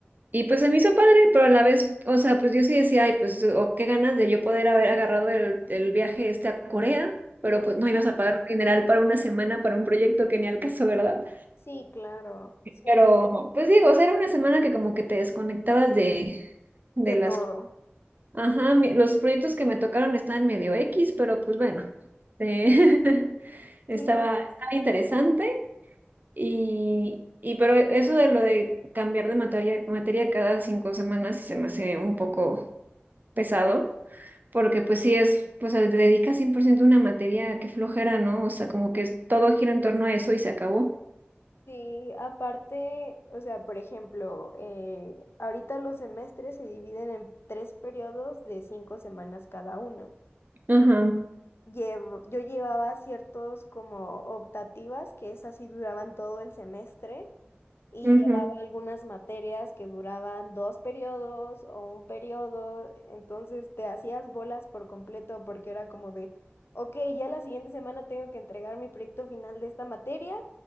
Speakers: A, on the right; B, on the left.
A: Y pues se me hizo padre, pero a la vez, o sea, pues yo sí decía, ay, pues, o qué ganas de yo poder haber agarrado el, el viaje este a Corea, pero pues no
B: Sí,
A: ibas a pagar un dineral para una semana, para un proyecto que ni al caso, ¿verdad?
B: Sí, claro, sí.
A: Pero, pues digo, o sea, era una semana que como que te desconectabas de, de
B: de
A: las...
B: todo.
A: Ajá, mi- los proyectos que me tocaron estaban medio X, pero pues bueno, eh, <laughs> estaba,
B: Sí, no.
A: estaba interesante y, y pero eso de lo de cambiar de materia, materia cada cinco semanas sí se me hace un poco pesado, porque pues sí es, pues se dedica 100% a una materia que flojera, ¿no? O sea, como que es- todo gira en torno a eso y se acabó.
B: Sí, aparte, o sea, por ejemplo, eh, ahorita los semestres se dividen en tres periodos de cinco semanas cada uno.
A: Ajá,
B: Llevo- yo llevaba ciertos como optativas que esas sí duraban todo el semestre y
A: ujú,
B: llevaba algunas materias que duraban dos periodos o un periodo, entonces te hacías bolas por completo porque era como de, ok, ya la siguiente semana tengo que entregar mi proyecto final de esta materia,